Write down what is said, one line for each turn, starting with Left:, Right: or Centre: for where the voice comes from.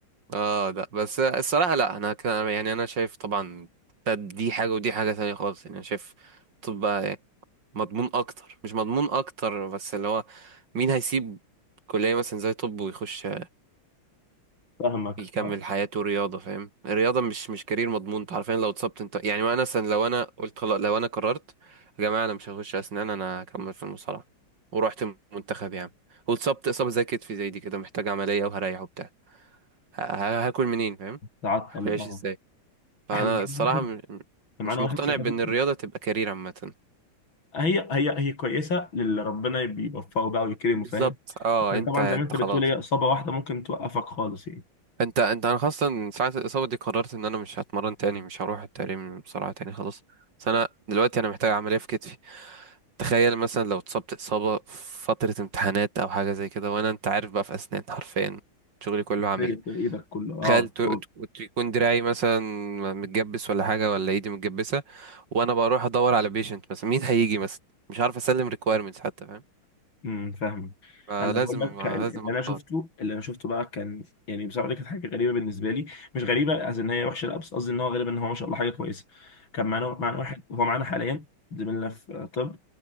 Right: اه لا بس الصراحه لا انا كان يعني انا شايف طبعا ده- دي حاجه ودي حاجه تانية خالص يعني انا شايف الطب بقى مضمون اكتر مش مضمون اكتر بس اللي هو مين هيسيب كليه مثلا زي طب ويخش
Left: فاهمك
Right: يكمل
Left: اه
Right: حياته رياضة فاهم الرياضة مش مش كارير مضمون انت عارفين لو اتصبت انت يعني وانا مثلا لو انا قلت خلاص لو انا قررت يا جماعة انا مش هخش اسنان انا هكمل في المصارعة ورحت المنتخب يعني واتصبت اصابة زي كتفي زي دي كده محتاج عملية وهريح وبتاع ه- ه- هاكل منين فاهم
Left: تعطل
Right: هاكل عيش
Left: اه
Right: ازاي فانا
Left: احنا معانا
Right: الصراحة
Left: واحد
Right: م- م-
Left: احنا معانا
Right: مش مقتنع
Left: واحد صاحبنا
Right: بان الرياضة تبقى كارير عامة
Left: هي هي هي كويسه للي ربنا بيوفقه بقى ويكرمه
Right: بالظبط
Left: فاهم
Right: اه
Left: لكن
Right: انت
Left: طبعا
Right: انت
Left: زي ما انت بتقول
Right: خلاص
Left: هي اصابه واحده ممكن توقفك خالص يعني
Right: انت انت انا خاصة من ساعة الإصابة دي قررت ان انا مش هتمرن تاني مش هروح التمرين بسرعة تاني خلاص بس انا دلوقتي انا محتاج عملية في كتفي تخيل مثلا لو اتصبت إصابة في فترة امتحانات او حاجة زي كده وانا انت عارف بقى في اسنان حرفيا شغلي كله عملي
Left: تيجي في ايدك كله اه
Right: تخيل
Left: بطول
Right: ت- ت- يكون دراعي مثلا متجبس ولا حاجة ولا ايدي متجبسة وانا بروح ادور على بيشنت مثلا مين هيجي مثلا مش عارف اسلم ريكويرمنتس حتى فاهم
Left: امم فاهم
Right: فلازم
Left: انا بقول لك
Right: لازم
Left: ال- اللي
Right: اختار
Left: انا شفته اللي انا شفته بقى كان يعني بصراحه دي كانت حاجه غريبه بالنسبه لي مش غريبه قصدي ان هي وحشه لا بس قصدي ان هو غريب ان هو ما شاء الله حاجه كويسه كان معانا معانا واحد هو معانا حاليا زميلنا في طب